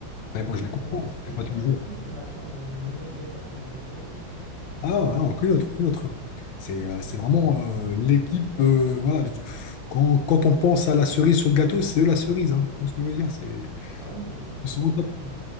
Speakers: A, on the left; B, on the right.
A: Après, bon, je
B: Incroyable.
A: les comprends,
B: Aucune
A: c'est pas tous les
B: autre
A: jours.
B: équipe n'a atteint le, le niveau de légende hein, de cette équipe. hein.
A: Ah, voilà, aucune autre, aucune autre. hein. C'est euh, c'est vraiment euh, l'équipe. euh, voilà, de- quand, quand on pense à la cerise sur le gâteau, c'est eux la cerise. Hein. Tu vois ce que je veux dire? C'est,
B: Ah oui, euh, clairement,
A: ils sont au top.
B: clairement.